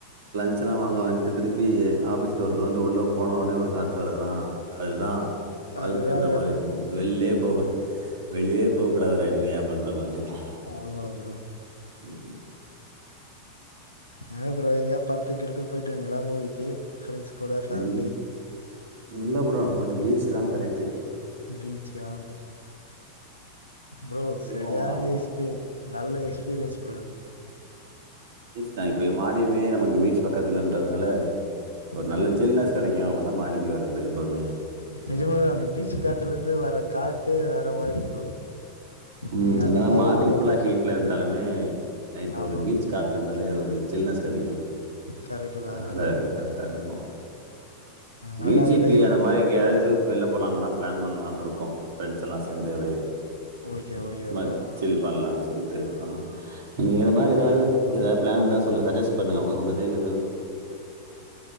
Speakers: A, on the right; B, on the left.
A: அச்சலா வாங்க வந்துட்டு திருப்பி ஆஃபிஸ் டோர தொரந்துட்டு உள்ள போனோனே ஒரு காத் க்கறதெலா அதுதா வாழ்க்கன்ற
B: அதுதா
A: மாரி இருக்கு வெளிலே போவக்கூ வெளிலே போவக்கூடாதூடா இனிமே அப்படின்ற மாரி இருக்கு
B: ஆமா ப்ரோ
A: உஹ <unintelligible>
B: ஏ ப்ரோ எங்கயாவது படத்துக்கு கிடத்துக்கு போயிட்டிங்களா மூவிக்கு ஃப்ரெண்ட்ஸ் கூட ஃபேமிலி
A: இல் இல்ல ப்ரோ நமக்கு பீச்சு தா கரெக்டு
B: பீச்சுக்கா ப்ரோ
A: இப்பயும்
B: சரியான
A: நம்ம
B: எஸ்க்கு நல்ல எக்ஸ்பீரியன்ஸ் ப்ரோ அது
A: தா இப்ப மாடியமே நமக்கு பீச் பக்கத்துலன்றதுனால ஒரு
B: ப்ரோ
A: நல்ல சில்னஸ் கெடைக்கும் நா மாடிக்கு வறது எப்போவுமே
B: நிஜமாவே அந்த பீச் காத்துல இருந்து வர காத்தே வேற மாரி ப்ரோ
A: ம்
B: நீங்க அந்த
A: என்னதா
B: மாரி
A: மார்னிங்
B: ஒரு
A: ஃபுல்லா ஹீட்ல இருந்தாலுமே நைட்
B: ஆமா
A: ஒரு பீச்
B: ப்ரோ
A: காத்து இருந்தாலே ஒரு சில்னஸ் கெடைக்கு
B: கரெக்ட் தா
A: அதனால
B: ப்ரோ
A: கரெக்டா இருக்கு
B: நல்லா
A: வி ஜி
B: லைஃப்
A: பி அந்த மாரி எங்கயாவது வெளில போலான்னு தா பிளான் பண்ணலானு இருக்கோ ஃப்ரெண்ட்ஸ் எல்லா சேந்து அப்படியே
B: ஓகே ஓகே
A: சும்மா
B: ப்ரோ
A: சில் பண்லானு சொல் <unintelligible> எங்கள மாரி ஏதாவது எதா பிளான் இருந்தா சொல்லுங்க சஜெஸ்சன் பண்ணுங்க உங்க உங்க சைட்ல இருந்து